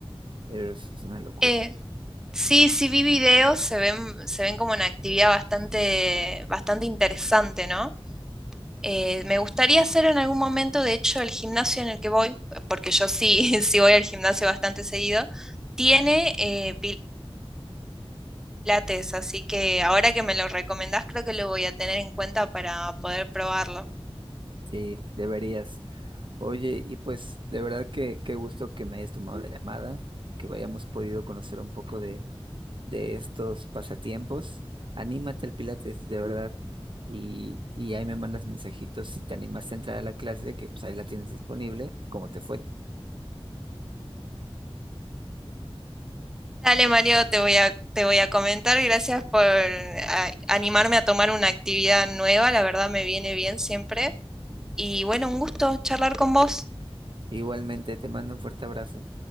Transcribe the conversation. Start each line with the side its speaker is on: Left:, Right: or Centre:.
Right: pero es, es una locura.
Centre: Eh, sí, sí vi videos, se ven, se ven como una actividad bastante, bastante interesante, ¿no? Eh, me gustaría hacer en algún momento, de hecho, el gimnasio en el que voy, porque yo sí, <laughs> sí voy al gimnasio bastante seguido, tiene eh, pilates, así que ahora que me lo recomendás, creo que lo voy a tener en cuenta para poder probarlo.
Right: Sí, deberías. Oye, y pues de verdad que qué gusto que me hayas tomado la llamada, que hayamos podido conocer un poco de de estos pasatiempos, anímate al Pilates, de verdad. Y, y ahí me mandas mensajitos si te animaste a entrar a la clase, que pues ahí la tienes disponible, cómo te fue.
Centre: Dale, Mario, te voy a, te voy a comentar. Gracias por a- animarme a tomar una actividad nueva, la verdad me viene bien siempre. Y bueno, un gusto charlar con vos.
Right: Igualmente te mando un fuerte abrazo.